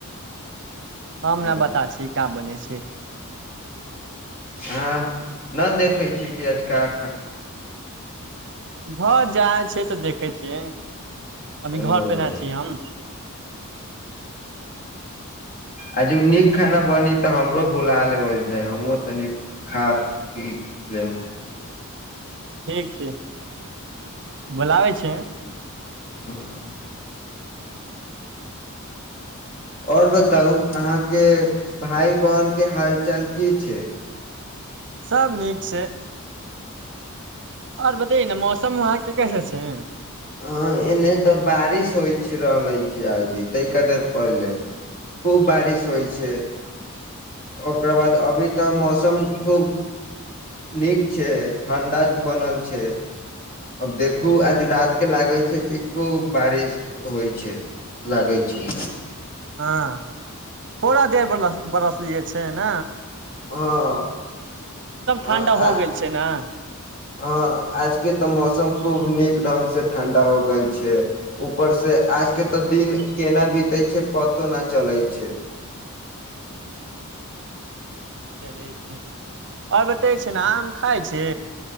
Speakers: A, on the right; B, on the left.
A: हम
B: हूं,
A: ने बता छियै का बने छै ठीक
B: अह न देखे छी की आजुका
A: घर जा छै तऽ देख देखै छियै अभी
B: ओ
A: घर पे ना छी हम
B: आ जे नीक खाना बनी तऽ हमरो बुला लेबल छै हमहूँ तनी खा पी लेब
A: ठीक छै बोलाबै छै
B: हँ आऔर बताउ अहाँके भाय बहिनके हालचाल की छै
A: सभ नीक छै आऔर बतइ ने मौसम वहाँके कैसे छै
B: हँ एने तऽ बारिश होइ रहलै छै अभी ताहिकेादर पहिले खूब बारिश होइ छै ओकरख बाद अभी तऽ मौसम खूब नीक छै ठण्डा बनल छै अब देखू आज रात के लागै छै कि खूब बारिश होइ छै लागै छै
A: हँ थोड़ा देर बलस बरस लियए छै ने
B: हँ हँ हँ
A: ठण्डा
B: आ
A: हो गेल छै न
B: हाँ आजके तऽ मौसम खूब नीक ढंग से ठण्डा हो गेल छै ऊपर से आज के तऽ दिन केना बीतै छै पतो ना चलै छै
A: ठी क और बते छै ने आम खा खाइ छै